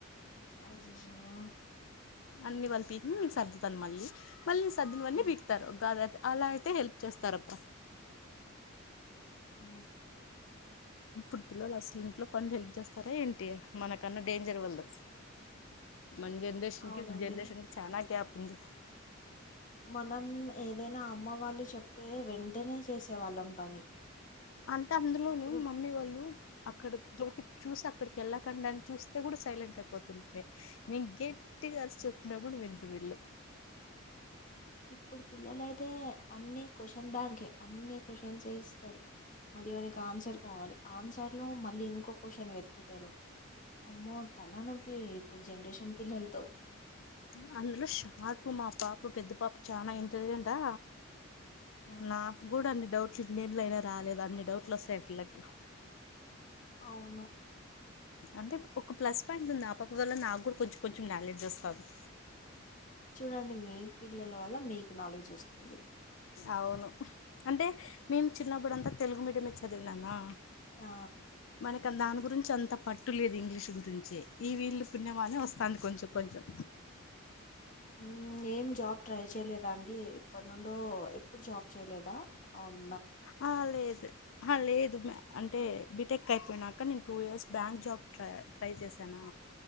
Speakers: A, on the left; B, on the left.
A: అజయ్యో
B: అన్ని వాళ్ళు పీకిని నీను సర్దుతాను మళ్ళీ మళ్ళీ సర్దునవన్నీ
A: ఆ!
B: పీకుతారు అలా తె హెల్ప్ చేస్తారబ్బా
A: ఆ
B: ఇప్పుడు పిల్లలు అసలు ఇంట్లో పనిలు హెల్ప్ చేస్తారా ఏంటి మనకన్నా డేంజర్ వాళ్ళు మన జనరేషన్
A: అవునండి
B: కి జనరేషన్ కి చనాా క్యాప్ ఉంది
A: మనం ఏదైనా అమ్మ వాళ్ళు చెప్తే వెంటనే చేసే వాళ్ళం పని
B: అంటే అందులోను
A: ఇప్పుడు
B: మమ్మీ వాళ్ళు అక్కడ లోకి చూసి అక్కడికి వెళ్ళకండా అని చూస్తే కూడా సైలెంట్ అయిపోతుంటంది నేను ఇంకే పట్టి గారు చెప్పినా కూడా విండ్రు వీళ్ళు
A: ఇప్పుడు పిల్లల అయితే అన్ని క్వశ్చన్ బ్యాకే అన్ని క్వశ్చన్స్ ఏస్తారు మళ్ళీ వాళకి ఆన్సర్ కావాలి ఆన్సర్ లో మళ్ళీ ఇంకో క్వశ్చన్ వెతుకుతారు అమ్మో తలనొప్పి ఇప్పుడు జనరేషన్ పిల్లలతో
B: ఆ అందులో షార్పు మా పా మా పెద్ద పాప చనా ఇంటలిజెంట్ ఆ
A: ఆ
B: నాకు కూడా అన్ని డౌట్ ఇన్ని ఏన్నేళ్లో అయినా రాలేదు అన్ని డౌట్లు వస్తాయి ఆ పిల్లకి
A: అవును
B: అంటే ఒక ప్లస్ పాయింట్ ఉంది ఆ పాప వల్ల నాకు కూడా కొంచెం కొంచెం నాలెడ్జ్ వస్తాంది
A: చూడండి మీ పిల్లల వల్ల మీకు నాలెడ్జ్ వస్తుంది
B: అవును అంటే నేను చిన్నప్పుడంతా తెలుగు మీడియమే చదివిననా
A: ఆ
B: ఇంకా దాని గురించి అంత పట్టులేదు ఇంగ్లీష్ గురించి ఈ వీళ్ళు పుణ్యవానే వస్తుంది కొంచెం కొంచెం
A: ఉ ఏం జబ్ ట్రై చే చేయలేదా అండి ఇప్పటి నుండో ఎప్పుడు జాబ్ చేయలేదా ఆన్
B: ఆ లేదు ఆ లేదు మే అంటే
A: ఆ!
B: బీటెక్ అయి పోయినంక నేను టూ ఇయర్స్ బ్యాంక్ జాబ్ టై ట్రై చేశానా